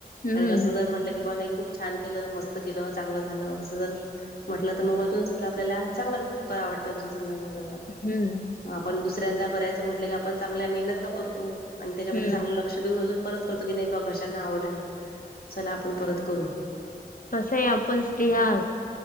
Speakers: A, on the left; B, on the left.
A: हम्म
B: आणि अस जर म्हटलं की खूप छान केलं मस्त केलं चांगलं झालं असं जर म्हटलं तर मग अजून समजा आपल्याला चांगलं करावं वाटत अजून समजा मगलं
A: हम्म
B: आपण दुसऱ्यांदा करायचं म्हटलं की आपण चांगल्या मेहनत न करतो आणि त्याच्यामध्ये
A: हम्म
B: चांगलं लक्ष ऊ अजून परत करतो की नाही बा घशांना आवडलं चला आपण परत करू
A: तसं आहे आपण स्त्रिया
B: हा